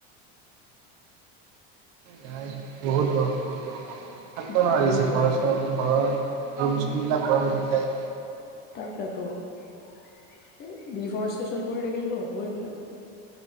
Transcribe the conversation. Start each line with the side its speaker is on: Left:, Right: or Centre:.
Right: নাই বহুত গৰম বহুত গৰম ঔ থাকিব
Left: বহুত
Right: নোৱাৰিছে
Left: দৰকাৰ
Right: ঘৰ চৰে ঘৰৰ ৰোমচুমবিলাক গৰম উঠি যায়।
Left: তাকটো এই ডিফৰেষ্টেশ্যন কৰি থাকিলেতো হ'ব এইবিলাক